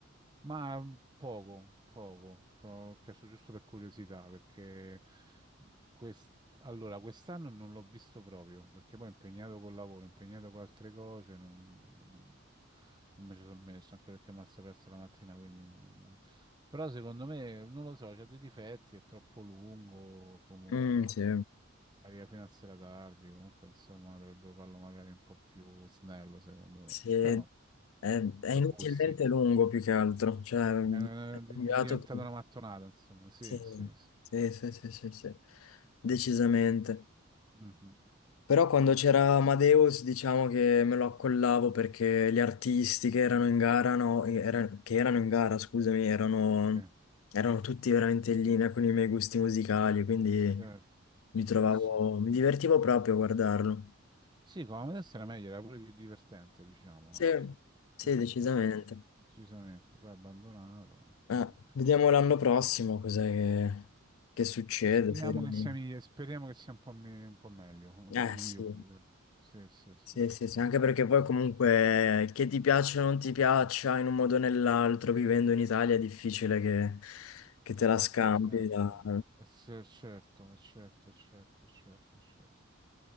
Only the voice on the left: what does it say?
Mm, sì.
Sì,
è, è
inutilmente
lungo più che altro, cioè
è cambiato,
sì,
sì, sì, sì, sì, sì, decisamente.
Però quando c'era Amadeus diciamo che me lo accollavo perché gli artisti che erano in gara, no, era- che erano in gara, scusami, erano,
erano tutti veramente in linea con i miei gusti musicali, quindi
mi trovavo,
mi divertivo proprio a guardarlo.
Sì,
sì, decisamente.
Eh,
vediamo l'anno prossimo cos'è che, che succede.
se rimane-
Eh
sì.
Sì,
sì, sì, anche perché poi comunque che ti piaccia o non ti piaccia in un modo o nell'altro, vivendo in Italia è difficile che, che te la scampi.
da-